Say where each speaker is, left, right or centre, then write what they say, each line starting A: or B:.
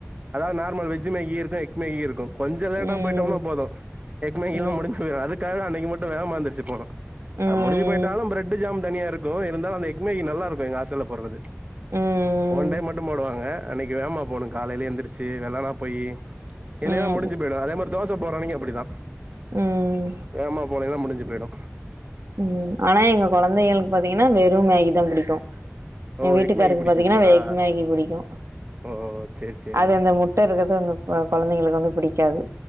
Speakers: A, on the right (about 30°); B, on the right (about 75°).
A: அதாது நார்மல் வெஜ் மேகி இருக்கு எக் மேகி இருக்கு கொஞ்சோ லேட்டா
B: ம்
A: போயிட்டம்னா போது எக் மேகில்லா
B: ம்
A: முடிஞ்சு போய்ரு அதுக்காக அன்னைக்கி மட்டு வேகமா எந்திருச்சி போனு
B: ம்
A: அ முடிஞ்சி போய்ட்டாலு ப்ரெட்டு ஜாம் தனியாருக் க்கு இருந்தாலு அந்த எக்மேகி நல்லாருக்கு எங்க ஹாஸ்ட்டல்ல போட்றது
B: ம்
A: ஒன் டைம் மட்டு போடுவாங்க அன்னைக்கி வேகமா போணு காலையில எந்திரிச்சி வெள்ளனா போயி இல்லேனா
B: ம்
A: முடிஞ்சி போய்டு அதே மாரி தோச போட்றன்னக்கி அப்புடிதா
B: ம்
A: வேம்மா போலேன்னா முடிஞ்சி போய்டு
B: ம் ஆனா எங்க கொழந்தைங்களுக்கு பாத்தீங்கன்னா வெறு மேகிதா புடிக்கு
A: ஓ
B: எ வீட்டுக்காருக்கு
A: எக் மேகி பிடிக்காதுங்களா
B: பாத்தீங்கன்னா எக்மேகி புடிக்கு
A: ஓ சேரி சேரிங்க
B: அது அந்த முட்ட இருக்கது அந்த கொழந்தைங்களுக்கு வந்து புடிக்காது